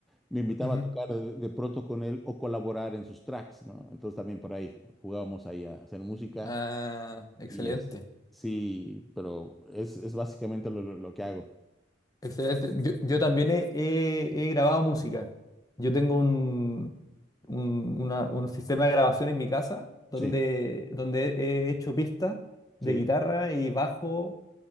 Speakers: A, in the centre; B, on the left (about 20°).
A: Me invitaba
B: Ujú.
A: a tocar de, de pronto con él o colaborar en sus tracks, ¿no? Entonces también por ahí jugábamos ahí a hacer música
B: Ah, excelente,
A: y es, sí, pero es, es básicamente lo, lo lo que hago.
B: excelente. Yo, yo también he, he- he grabado música. Yo tengo un, un, una- un sistema de grabación en mi casa donde,
A: Sí,
B: donde he hecho pistas
A: sí,
B: de guitarra y bajo